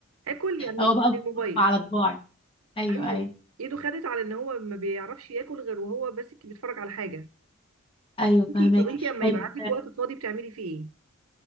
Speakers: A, on the right (about 75°); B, on the left (about 25°).
A: اكل يعني
B: هو
A: يعني
B: بقى
A: الموبايل
B: بحب على طباعي ايوه
A: ايوه
B: ايوه
A: ايده خدت على ان هو ما بيعرفش ياكل غير وهو بس بيتفرج على حاجه
B: ايوه فهمك
A: انتي طب انتي لما
B: طيب
A: يبقى عندك وقت فاضي بتعملي فيه ايه